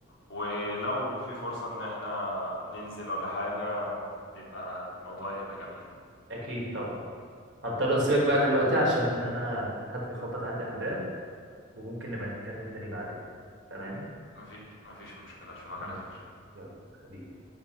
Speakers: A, on the left; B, on the right.
A: ولو في فرصة إن احنا ننزل ولا حاجة يبقى الموضوع يبقى جميل
B: أكيد طبعا هضطر أسيبك بقى دلوقتي عشان أنا حد بيخبط عندي على الباب وممكن نبقى نتكلم تاني بعدين تمام
A: مفيش مفيش مشكلة أشوفك
B: ماشي
A: على خير
B: يلا حبيبي